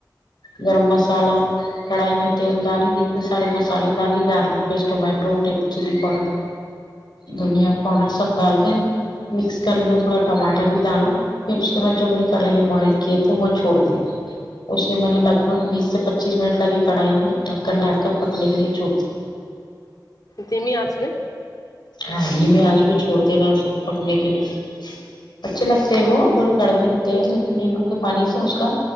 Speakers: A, on the left; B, on the left.
A: گرم مسالہ کڑھائی میں تیل ڈالی اتنے سارے مسالے ڈالے garlic paste tomato red chilli powder دھنیا پاؤڈر سب ڈال کے مکس کر لیا تھوڑا ٹماٹر بھی ڈالو پھر اس کے بعد جو میں نے کریلے بوائل کیے تھے وہ چھوڑ دی اسے میں نے لگ گ بیس سے پچیس منٹ لگی کڑھائی ڈھکن ڈھنپ کر پکنے کے لیے چھڑتی
B: دھیمی آنچ میں
A: ہدھی میں آج پ چھوڑ دینا اس پکنے کے لیے اچھے لگتے ہیں وہ تھوڑے کڑوے ہوتے ہیں لیکن نیمبو کے پانی سے اس کا